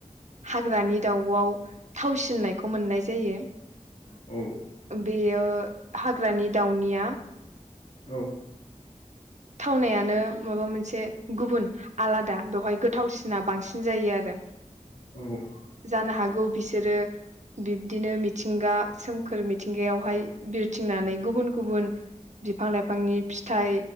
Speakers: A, on the right; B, on the left.
A: हाग्रानि दाउआव थावसिननायखौ मोननाय जायो
B: औ
A: बेयो हाग्रानि दाउनिया
B: औ
A: थावनायानो माबा मोनसे गुबुन आलादा बेवहाय गोथावसिना बांसिन जायो आरो
B: औ
A: जानो हागौ बिसोरो बिब्दिनो मिथिंगा सोमखोर मिथिंगायावहाय बिरथिंनानै गुबुन गुबुन बिफां लाइफांनि फिथाइ